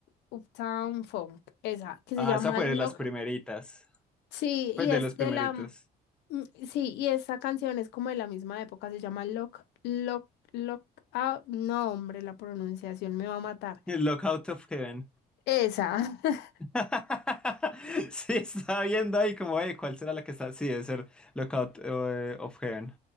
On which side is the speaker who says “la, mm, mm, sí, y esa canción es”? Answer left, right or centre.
Left